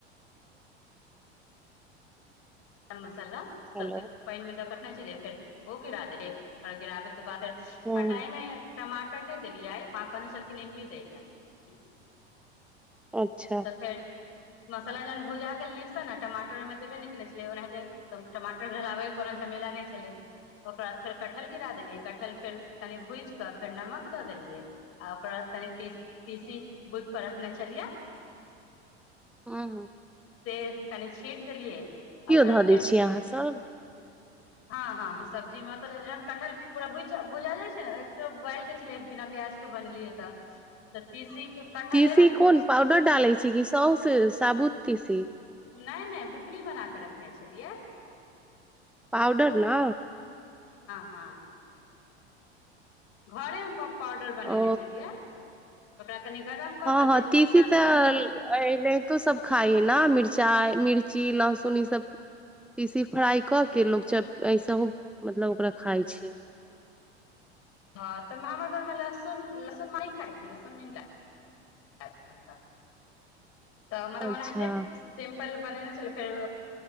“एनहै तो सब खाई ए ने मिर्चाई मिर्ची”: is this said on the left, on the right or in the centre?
Centre